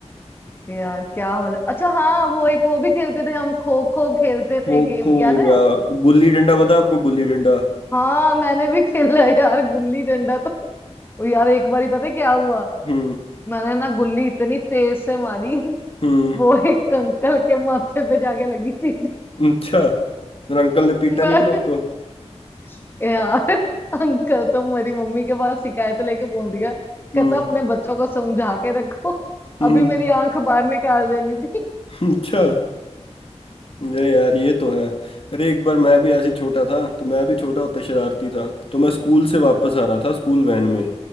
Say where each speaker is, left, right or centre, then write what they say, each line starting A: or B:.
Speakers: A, on the left (about 20°); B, on the left (about 55°).
A: यार क्या मजा अच्छा हाँ वो एक वो भी खेलते थे हम खो खो खेलते
B: खो
A: थे गेम
B: खो हो
A: याद है
B: गया गुल्ली डंडा पता है आपको गुल्ली डंडा
A: हाँ
B: <laughs>
A: मैंने भी खेला है यार गुल्ली डंडा तो ओ यार एक बारी पता है क्या हुआ
B: हम्म
A: मैंने ना गुल्ली इतनी तेज से मारी
B: हम्म
A: वो एक अंकल के माथे पे जाके लगी सीधी
B: अच्छा मेरे अंकल ने पीटा
A: मैं
B: नहीं गया आपको
A: <laughs> यार अंकल तो मेरी मम्मी के पास शिकायत लेके पहुंच गया कहता
B: हम्म
A: अपने बच्चों को समझा के रखो
B: हम्म,
A: अभी मेरी आंख बाहर निकाल देनी थी
B: <laughs> अच्छा अरे यार ये तो है अरे एक बार मैं भी ऐसे ही छोटा था तो मैं भी छोटा होता शरारती था तो मैं स्कूल से वापस आ रहा था स्कूल वैन में